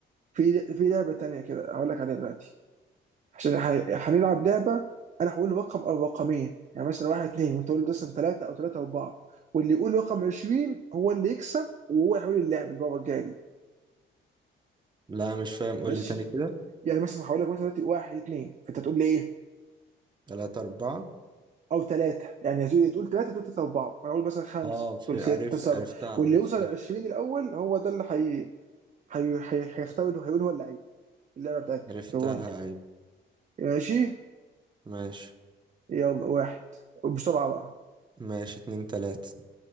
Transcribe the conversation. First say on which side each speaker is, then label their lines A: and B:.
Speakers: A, on the right; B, on the right.
A: في في لعبه تانيه كده هقول لك عليها دلوقتي عشان ح- هنلعب لعبه انا هقول رقم او رقمين يعني مثلا واحد اتنين وانت تقول لي مثلا ثلاثه او ثلاثه اربعه واللي يقول رقم 20 هو اللي يكسب وهو هيقول اللعب المره الجايه دي
B: لا مش فاهم
A: ماشي
B: قول لي تاني كده
A: يعني مثلا هقول لك مثلا دلوقتي واحد اتنين فانت تقول لي ايه
B: تلاتة أربعة
A: او ثلاثه يعني يا زوي تقول ثلاثه تقول ثلاثه اربعه انا اقول مثلا خمسه
B: اه في
A: تقول سته
B: عرف
A: سبعه
B: عرفتها
A: واللي
B: عرفتها
A: يوصل 20 الاول هو ده اللي هي هي هي- هيختار اللي هيقول هو اللعيب اللعبه بتاعتي
B: عرفتها
A: في الروند
B: أيوة
A: ماشي
B: ماشي
A: يلا واحد وبسرعه بقى
B: ماشي اتنين تلاتة